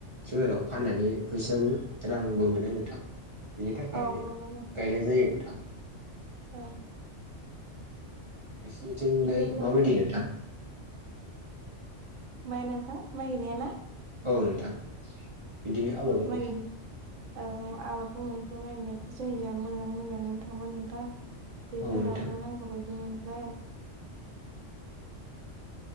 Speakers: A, on the right; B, on the right.
A: सोहोराव फाननानै फैसाबो रांबो मोनो नोंथां बिनि थाखाय
B: औ नंगौ
A: गायनाय जायो नोंथां
B: अ
A: नोंसिनिथिंलाय
B: बिदिनो नों
A: माबायदि नोंथां
B: माया नोंथां माइ गायनाया ना
A: औ नोंथां बिदिनो आबाद मावनाया
B: माइनि औ आबादखौनोथ' नायनायखौ जों जा मोजां मोजाङानो थांबा नोंथां दैफोराबो
A: औ नोंथां
B: नांगौबायदि मोनबाय